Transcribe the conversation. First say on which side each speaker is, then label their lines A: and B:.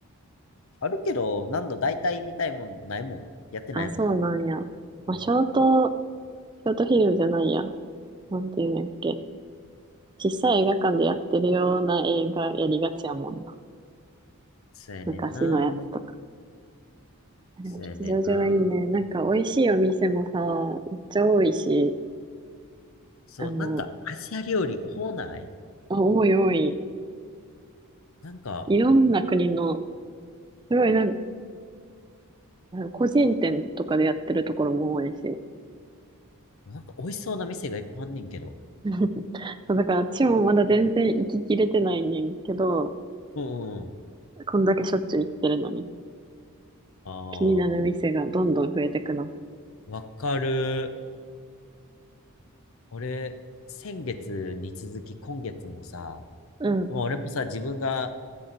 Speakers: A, on the left; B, on the right.
A: あるけど、何度大体見たいもんないもん。やってないもん。
B: あ、そうなんや。まあ、
A: うん。
B: ショート、ショートフィルムじゃないや。なんていうんやっけ。小さい映画館でやってるような映画やりがちやもんな。
A: そうやねんな。
B: 昔のやつとか。でも吉祥寺はいいね。
A: そうやねんな。
B: なんか美味しいお店もさ、めっちゃ多いし、
A: そう、
B: あの、
A: なんか、アジア料理多ない
B: あ多い多い。
A: なんか、
B: いろんな国の、すごいなんか、個人店とかでやってるところも多いし。
A: なんか美味しそうな店がいっぱいあんねんけど。
B: <laughs> そうだから、ちもまだ全然行ききれてないねんけど、
A: うんうん。
B: こんだけしょっちゅう行ってるのに、
A: ああ、
B: 気になる店がどんどん増えてくの
A: わかる。俺、先月に続き今月もさ、
B: うん、
A: まあ俺もさ、自分が